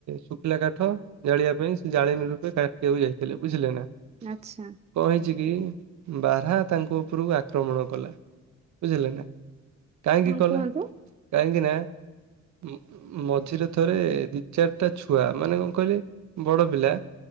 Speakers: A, on the right; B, on the right.
A: ଶୁଖିଲା କାଠ ଜାଳିବା ପାଇଁ ସେ ଜାଳେନୀ ରୂପେ କାଟିଆକୁ ଯାଇଥିଲେ ବୁଝିଲେ ନା
B: ଆଚ୍ଛା।
A: କହିଛି କି ବାର୍ ହା ତାଙ୍କ ଉପରକୁ ଆକ୍ରମଣ କଲା ବୁଝିଲେ ନା କାହିଁକି
B: ହଁ
A: କଲେ
B: କୁହନ୍ତୁ
A: କାହିଁକି ନା ଉଁ ମଝିରେ ଥରେ ଦି ଚାରିଟା ଛୁଆ ମାନେ କଣ କହିଲେ ବଡ ପିଲା